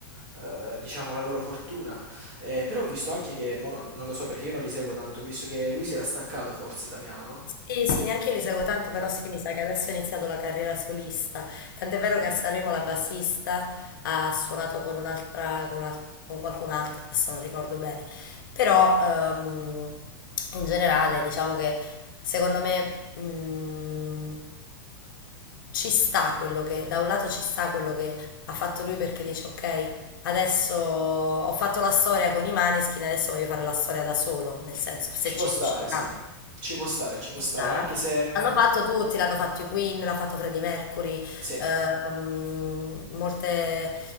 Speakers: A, on the right; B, on the left.
A: eh, diciamo, la loro fortuna. Eh, però ho visto anche che, mo non, non lo so perché io non li seguo tanto, ho visto che lui si era staccato forse Damiano, no?
B: Sì, sì, neanche io li seguo tanto, però sì, mi sa che adesso ha iniziato la carriera solista. Tant'è vero che a Sanremo la bassista ha suonato con un'altra, con, un'al- con qualcun altro, adesso non ricordo bene. Però ehm, in generale diciamo che secondo me mh, ci sta quello che, da un lato ci sta quello che ha fatto lui perché dice ok, adesso ho fatto la storia con i Maneskin, adesso voglio fare la storia da solo, nel senso se
A: Ci può
B: ci
A: stare,
B: riuscirà.
A: sì. Ci può stare, ci può stare,
B: Ah.
A: anche se... mh,
B: L'hanno fatto tutti, l'hanno fatto i Queen, l'ha fatto Freddie Mercury,
A: sì.
B: ehm, molte,